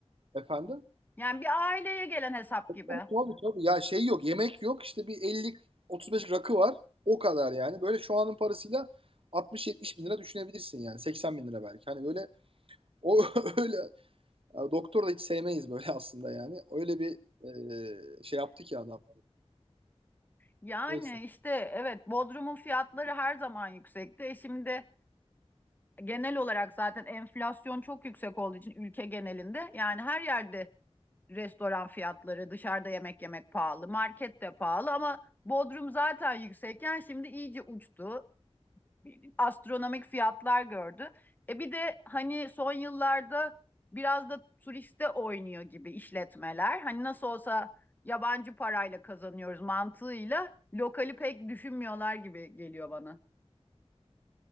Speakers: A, on the right (about 55°); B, on the left (about 15°).
A: efendim.
B: Yani bir aileye gelen hesap
A: Tabii,
B: gibi.
A: tabii, tabii. Ya şey yok, yemek yok. İşte bir 50-35 rakı var. O kadar yani. Böyle şu anın parasıyla 60-70 bin lira düşünebilirsin yani. 80 bin lira belki. Hani böyle o <laughs> öyle ya doktor da hiç sevmeyiz böyle aslında yani. Öyle bir e, şey yaptı ki adam.
B: Yani
A: Neyse.
B: işte evet Bodrum'un fiyatları her zaman yüksekti. E şimdi genel olarak zaten enflasyon çok yüksek olduğu için ülke genelinde yani her yerde restoran fiyatları, dışarıda yemek yemek pahalı, market de pahalı ama Bodrum zaten yüksekken şimdi iyice uçtu astronomik fiyatlar gördü. E bir de hani son yıllarda biraz da turiste oynuyor gibi işletmeler. Hani nasıl olsa yabancı parayla kazanıyoruz mantığıyla lokali pek düşünmüyorlar gibi geliyor bana.